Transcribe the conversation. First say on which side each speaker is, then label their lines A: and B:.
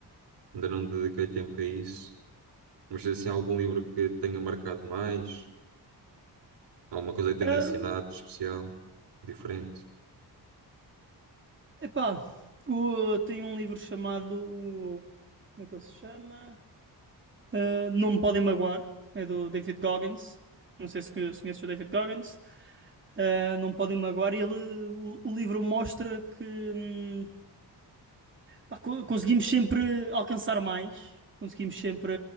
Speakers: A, on the right; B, on the right.
A: ainda não dediquei tempo a isso. Mas tens assim algum livro que tenha marcado mais, alguma coisa que tenha
B: Ahm,
A: ensinado de especial, diferente.
B: epá, o- tem um livro chamado. Como é que ele se chama? Ah, Não Me Podem Magoar. É do David Goggins. Não sei se, que- se conheces o David Goggins. Ah, Não Me Podem Magoar. E ele, o, o livro mostra que. hum, Pá, co- conseguimos sempre alcançar mais, conseguimos sempre